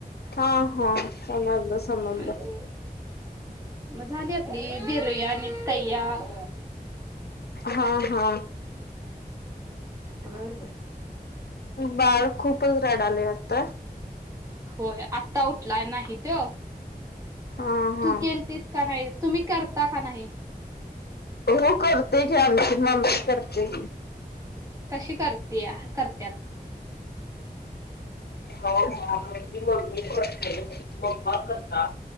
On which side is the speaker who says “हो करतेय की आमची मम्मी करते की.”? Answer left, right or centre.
Left